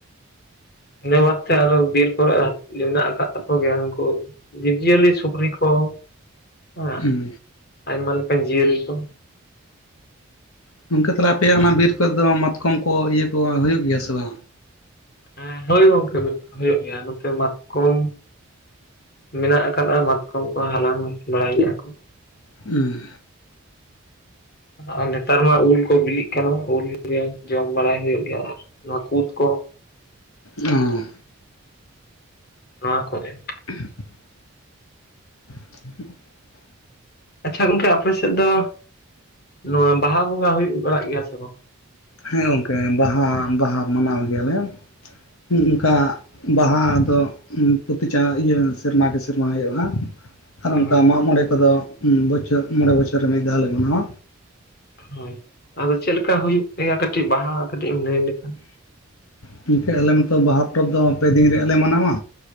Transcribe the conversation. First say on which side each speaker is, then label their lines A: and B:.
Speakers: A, on the left (about 45°); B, on the left (about 75°).
A: ᱤᱱᱟᱹ ᱵᱟᱫᱛᱮ ᱟᱫᱚ ᱵᱤᱨ ᱠᱚᱨᱮ ᱦᱟ ᱢᱮᱱᱟᱜ ᱟᱠᱟᱫ ᱛᱟᱠᱚ ᱜᱮᱭᱟ ᱩᱱᱠᱩ ᱡᱤᱵᱽ ᱡᱤᱭᱟᱹᱞᱤ ᱥᱩᱠᱨᱤ ᱠᱚ ᱦᱮᱸ
B: ᱦᱩᱸ
A: ᱟᱭᱢᱟ ᱞᱮᱠᱟᱱ ᱡᱤᱭᱟᱹᱞᱤ ᱠᱚ᱾
B: ᱜᱚᱝᱠᱮ ᱛᱟᱞᱦᱮ ᱟᱯᱮᱭᱟᱜ ᱚᱱᱟ ᱵᱤᱨ ᱠᱚᱨᱮ ᱫᱚ ᱢᱟᱛᱠᱚᱢ ᱠᱚ ᱤᱭᱟᱹ ᱠᱚ ᱦᱩᱭᱩᱜ ᱜᱮᱭᱟ ᱥᱮ ᱵᱟᱝ?
A: ᱦᱮᱸ ᱦᱳᱭ ᱜᱚᱝᱠᱮ ᱦᱩᱭᱩᱜ ᱜᱮᱭᱟ ᱱᱚᱛᱮ ᱢᱟᱛᱠᱚᱢ ᱢᱮᱱᱟᱜ ᱠᱟᱫᱟ ᱢᱟᱛᱠᱚᱢ ᱠᱚ ᱦᱟᱞᱟᱝ ᱵᱟᱲᱟᱭ ᱜᱮᱭᱟ ᱠᱚ᱾
B: ᱩ᱾
A: ᱟᱨ ᱱᱮᱛᱟᱨ ᱢᱟ ᱩᱞ ᱠᱚ ᱵᱤᱞᱤᱜ ᱠᱟᱱᱟ ᱩᱞ ᱜᱮ ᱡᱚᱢ ᱵᱟᱲᱟᱭ ᱦᱩᱭᱩᱜ ᱜᱮᱭᱟ ᱟᱨ ᱱᱚᱣᱟ ᱠᱩᱫ ᱠᱚ᱾
B: ᱚ᱾
A: ᱱᱚᱣᱟ ᱠᱚᱨᱮ᱾
B: <inaudible> <inaudible>
A: ᱟᱪᱪᱷᱟ ᱜᱚᱝᱠᱮ ᱟᱯᱮ ᱥᱮᱫ ᱫᱚ, ᱱᱚᱣᱟ ᱵᱟᱦᱟ ᱵᱚᱸᱜᱟ ᱦᱩᱭᱩᱜ ᱵᱟᱲᱟᱜ ᱜᱮᱭᱟ ᱥᱮ ᱵᱟᱝ?
B: ᱦᱮᱸ ᱜᱚᱝᱠᱮ ᱵᱟᱦᱟ ᱵᱟᱦᱟ ᱢᱟᱱᱟᱣ ᱜᱮᱭᱟ ᱞᱮ ᱦᱩ ᱚᱱᱠᱟ ᱵᱟᱦᱟ ᱫᱚ ᱯᱚᱛᱤ ᱪᱟ ᱤᱭᱟᱹ ᱥᱮᱨᱢᱮ ᱠᱮ ᱥᱮᱨᱢᱟ ᱦᱩᱭᱩᱜᱼᱟ᱾ ᱟᱨ ᱚᱱᱠᱟ
A: ᱦᱳᱭ
B: ᱢᱟᱜ ᱢᱚᱬᱮ ᱠᱚᱫᱚ ᱵᱚᱪᱷᱚ ᱢᱚᱬᱮ ᱵᱚᱪᱷᱚᱨ ᱨᱮ ᱢᱤᱫ ᱫᱷᱟᱣ ᱞᱮ ᱢᱟᱱᱟᱣᱟ᱾
A: ᱦᱳᱭ, ᱟᱫᱚ ᱪᱮᱫ ᱞᱮᱠᱟ ᱦᱩᱭᱩᱜ ᱜᱮᱭᱟ ᱠᱟᱹᱴᱤᱡ ᱵᱟᱦᱟ ᱠᱟᱹᱴᱤᱡ ᱮᱢ ᱞᱟᱹᱭ ᱞᱮᱠᱷᱟᱱ᱾
B: ᱜᱚᱝᱠᱮ ᱟᱞᱮ ᱢᱟᱛᱚ ᱵᱟᱦᱟ ᱯᱚᱨᱚᱵᱽ ᱫᱚ ᱯᱮ ᱫᱤᱱ ᱨᱮᱭᱟᱜ ᱞᱮ ᱢᱟᱱᱟᱣᱟ᱾